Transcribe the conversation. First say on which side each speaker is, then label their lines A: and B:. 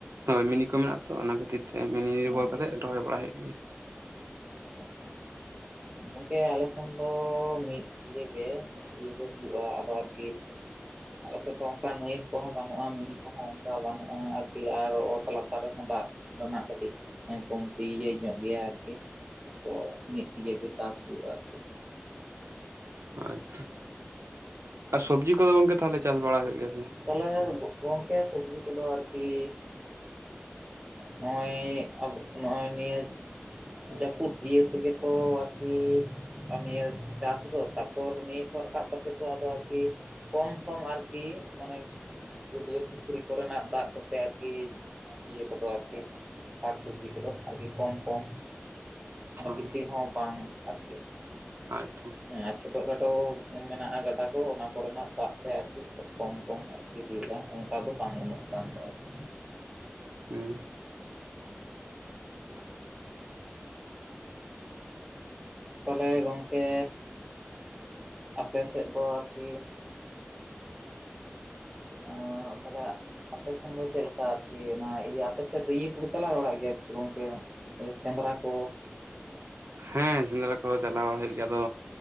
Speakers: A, on the right (about 75°); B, on the right (about 20°).
A: ᱦᱳᱭ ᱢᱤᱱᱤ ᱠᱚ ᱢᱮᱱᱟᱜ ᱟ ᱛᱚ ᱚᱱᱟ ᱠᱷᱟᱹᱛᱤᱨ ᱛᱮ ᱢᱤᱱᱤ ᱱᱤᱨᱵᱷᱚᱨ
B: ᱦᱮᱸ
A: ᱠᱟᱛᱮᱫ ᱨᱚᱦᱚᱭ ᱵᱟᱲᱟᱭ ᱦᱩᱭᱩᱜ ᱜᱮᱭᱟ᱾
B: ᱟᱪᱪᱷᱟ ᱟᱪᱪᱷᱟ ᱜᱚᱝᱠᱮ ᱟᱞᱮ ᱥᱮᱱ ᱫᱚ ᱢᱤᱫ ᱤᱭᱟᱹᱜᱮ ᱤᱭᱟᱹ ᱜᱮ ᱦᱩᱭᱩᱜ-ᱟ ᱟᱫᱚ ᱟᱨᱠᱤ ᱟᱞᱮ ᱥᱮᱫ ᱫᱚ ᱚᱱᱠᱟ ᱱᱟᱹᱭ ᱠᱚᱦᱚᱸ ᱵᱟᱹᱱᱩᱜ-ᱟ ᱢᱤᱱᱤ ᱠᱚᱦᱚᱸ ᱚᱱᱠᱟ ᱵᱟᱹᱱᱩᱜ-ᱟ ᱟᱨᱠᱤ ᱟᱨ ᱚᱛ ᱞᱟᱛᱟᱨ ᱨᱮᱦᱚᱸ ᱫᱟᱜ ᱨᱮᱱᱟᱜ ᱠᱟᱹᱴᱤᱡ ᱠᱚᱢᱛᱤ ᱧᱚᱜ ᱜᱮᱭᱟ ᱟᱨᱠᱤ ᱛᱚ ᱢᱤᱫ ᱤᱭᱟᱹ ᱜᱮ ᱪᱟᱥ ᱦᱩᱭᱩᱜ-ᱟ ᱟᱨᱠᱤ
A: ᱟᱪᱪᱷᱟ ᱟᱨ ᱥᱚᱵᱡᱤ ᱠᱚᱫᱚ ᱜᱚᱝᱠᱮ ᱛᱟᱦᱚᱞᱮ ᱪᱟᱥ ᱵᱟᱲᱟ ᱦᱩᱭᱩᱜ ᱜᱮᱭᱟ ᱥᱮ
B: ᱛᱟᱦᱚᱞᱮ ᱜᱚᱢᱠᱮ ᱥᱚᱵᱡᱤ ᱠᱚᱫᱚ ᱟᱨᱠᱤ ᱱᱚᱜ ᱟᱭ ᱱᱤᱭᱟᱹ ᱟᱵᱚ ᱱᱤᱭᱟᱹ ᱡᱟᱹᱯᱩᱫ ᱤᱭᱟᱹ ᱛᱮᱜᱮ ᱛᱚ ᱟᱨᱠᱤ ᱟᱨ ᱱᱤᱭᱟᱹ ᱪᱟᱥ ᱫᱚ ᱛᱟᱨᱯᱚᱨ ᱱᱤᱭᱟᱹ ᱠᱚ ᱨᱟᱠᱟᱵ ᱠᱟᱛᱮ ᱟᱫᱚ ᱟᱨᱠᱤ ᱠᱚᱢ ᱥᱚᱢ ᱟᱨᱠᱤ ᱢᱟᱱᱮ ᱜᱟᱹᱰᱤᱭᱟᱹ ᱯᱩᱠᱷᱨᱤ ᱠᱚᱨᱮᱱᱟᱜ ᱫᱟᱜ ᱠᱚᱛᱮ ᱟᱨᱠᱤ ᱤᱭᱟᱹ ᱠᱚᱫᱚ ᱟᱨᱠᱤ ᱥᱟᱠ ᱥᱚᱵᱡᱤ ᱠᱚᱫᱚ ᱟᱨᱠᱤ ᱠᱚᱢ ᱠᱚᱢ ᱢᱟᱱᱮ
A: ᱚ
B: ᱵᱮᱥᱤ ᱦᱚᱸ ᱵᱟᱝ ᱟᱨᱠᱤ
A: ᱟᱪᱪᱷᱟ᱾
B: ᱦᱮᱸ ᱪᱷᱳᱴᱳ ᱠᱷᱟᱴᱚ ᱢᱮᱱᱟᱜ-ᱟ ᱜᱟᱰᱟ ᱠᱚ ᱚᱱᱟ ᱠᱚᱨᱮᱱᱟᱜ ᱫᱟᱜ ᱛᱮ ᱟᱨᱠᱤ ᱠᱚᱢ ᱠᱚᱢ ᱟᱨᱠᱤ ᱦᱩᱭᱩᱜ-ᱟ ᱚᱱᱠᱟ ᱫᱚ ᱵᱟᱝ ᱩᱱᱟᱹᱜ ᱜᱟᱱ ᱫᱚ ᱟᱨᱠᱤ
A: ᱦᱩᱸ᱾
B: ᱦᱮᱸ <inaudible> ᱛᱟᱦᱚᱞᱮ ᱜᱚᱝᱠᱮ ᱟᱯᱮᱥᱮᱫ ᱫᱚ ᱟᱨᱠᱤ ᱟᱨ ᱛᱟᱦᱚᱞᱮ ᱟᱯᱮ ᱥᱮᱱ ᱫᱚ ᱪᱮᱫ ᱞᱮᱠᱟ ᱟᱨᱠᱤ ᱚᱱᱟ ᱤᱭᱟᱹ ᱟᱯᱮ ᱥᱮᱫ ᱫᱚ ᱤᱭᱟᱹ ᱠᱚᱯᱮ ᱪᱟᱞᱟᱣ ᱵᱟᱲᱟᱜ ᱜᱮᱭᱟ ᱥᱮ ᱜᱚᱝᱠᱮ? ᱥᱮᱸᱫᱽᱨᱟ ᱠᱚ
A: ᱦᱮ ᱥᱮᱸᱫᱽᱨᱟ ᱠᱚ ᱪᱟᱞᱟᱣ ᱵᱟᱲᱟ ᱦᱩᱭᱩᱜ ᱜᱮᱭᱟ ᱟᱫᱚ